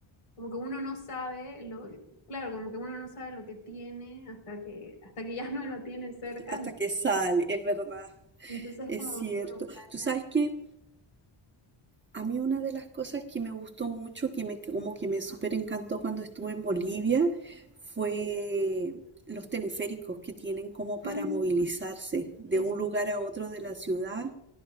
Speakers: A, on the left (about 85°); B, on the right (about 20°).
A: como que uno no sabe lo, claro, como que uno no sabe lo que tiene hasta que, hasta que ya <laughs> no lo tiene cerca.
B: Hasta que sale, es verdad.
A: Entonces,
B: Es
A: como
B: cierto.
A: que me gustaría.
B: Tú sabes que A mí una de las cosas que me gustó mucho, que me, que como que me súper encantó cuando estuve en Bolivia, fue los teleféricos que tienen como para
A: Mm,
B: movilizarse de
A: sí,
B: un
A: sí.
B: lugar a otro de la ciudad